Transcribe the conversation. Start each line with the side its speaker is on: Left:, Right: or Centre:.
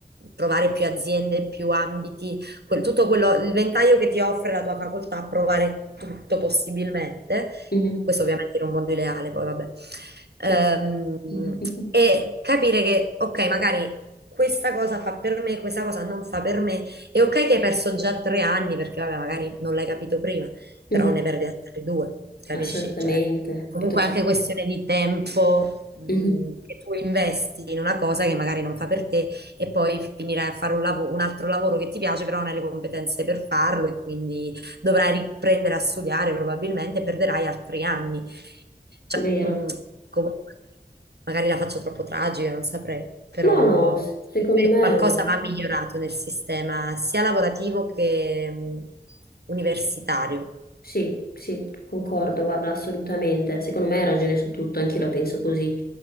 Right: provare più aziende, più ambiti, quel- tutto quello, il ventaglio che ti offre la tua facoltà, provare tutto possibilmente,
Left: mhm,
Right: questo ovviamente in un mondo ideale, poi vabbè, Ehm,
Left: eh sì. Mhm,
Right: e capire che ok, magari questa cosa fa per me, questa cosa non fa per me. È ok che hai perso già tre anni perché vabbè, magari non l'hai capito prima, però
Left: mhm,
Right: ne perdi altri due, capisci?
Left: Assolutamente,
Right: Cioè, comunque
Left: piuttosto.
Right: è anche questione di tempo mh,
Left: mhm,
Right: che tu investi in una cosa che magari non fa per te e poi finirai a fare un lavo- un altro lavoro che ti piace, però non hai le competenze per farlo e quindi dovrai riprendere a studiare probabilmente e perderai altri anni. Cioè,
Left: Vero.
Right: mm, comunque, magari la faccio troppo tragica, non saprei, però
Left: No, no, s- secondo me
Right: qualcosa va migliorato nel sistema sia lavorativo che mm, universitario.
Left: sì, sì, concordo, guarda, assolutamente. Secondo me hai ragione su tutto, anch'io la penso così.